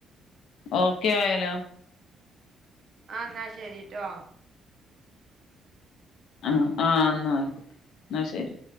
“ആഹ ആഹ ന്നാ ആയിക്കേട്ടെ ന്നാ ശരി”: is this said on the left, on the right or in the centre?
Left